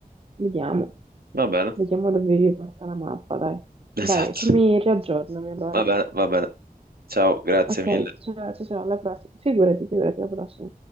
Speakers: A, on the right; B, on the right.
A: vediamo,
B: Va bene,
A: vediamo dove vi porta la mappa, dai.
B: <laughs>
A: Dai,
B: esatto,
A: fammi riaggiornami allora.
B: va bene, va bene. Ciao, grazie
A: Ok,
B: mille.
A: ciao, ciao, ciao, alla prossima. Figurati, figurati, alla prossima.